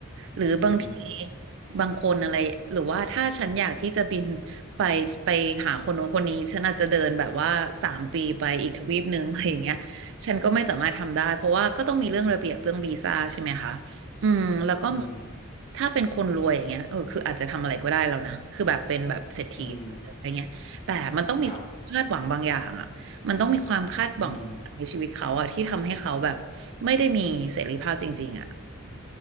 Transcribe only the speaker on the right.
หรือบางที
บางคนอะไรหรือว่าถ้าฉันอยากที่จะบินไปไปหาคนโน้นคนนี้ฉันอาจจะเดินแบบว่าสามปีไปอีกทวีปหนึ่งอะไรอย่างเงี้ยฉันก็ไม่สามารถทำได้เพราะว่าก็ต้องมีเรื่องระเบียบเรื่องวีซ่าใช่ไหมคะอืมแล้วก็เหมือน
ถ้าเป็นคนรวยอย่างเงี้ยเออคืออาจจะทำอะไรก็ได้แล้วนะคือแบบเป็นแบบเศรษฐีอะไรเงี้ยแต่มันต้องมีความคาดหวังบางอย่างอ่ะมันต้องมีความคาดหวังในชีวิตเขาอ่ะที่ทำให้เขาแบบไม่ได้มีเสรีภาพจริงๆอ่ะ